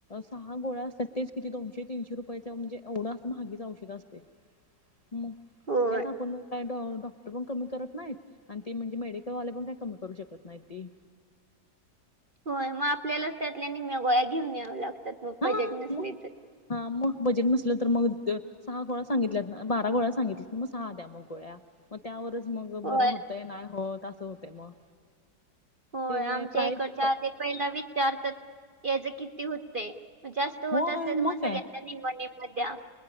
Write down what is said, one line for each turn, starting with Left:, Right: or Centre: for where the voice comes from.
Left: सहा गोळ्या असतात तेच किती दोनशेीशे रुपया म्हणजे एवढं असं महागच औषध असते.
Right: <unintelligible>
Left: ह
Right: होय,
Left: त्यात आपण काय डॉक्टर पण कमी करत नाहीत आणि तेी म्हणजे मेडिकल वाले पण काही कमी करू शकत नाही ती
Right: होय मग आपल्यालाच त्यातल्या निमेगोळ्या घेऊन याव लागतात मग
Left: हा
Right: बजेट नसली
Left: मग
Right: तर
Left: हा मग बजेट नसलं तर मग सहा गोळ्या सांगितल्यात ना बारा गोळ्या सांगितल्यात मग सहा द्या मग गोळ्या मग त्यावरच मग
Right: होय.
Left: बरं होतय ना हो तसं होतय मग
Right: होय
Left: ते
Right: आमच्या
Left: प्रायज
Right: इकडच्या ते पहिला विचारतात याच किती होतय जास्त होत
Left: होय
Right: असल्या तर मग
Left: काय
Right: सगळ्या निम्मं निम्मं दया.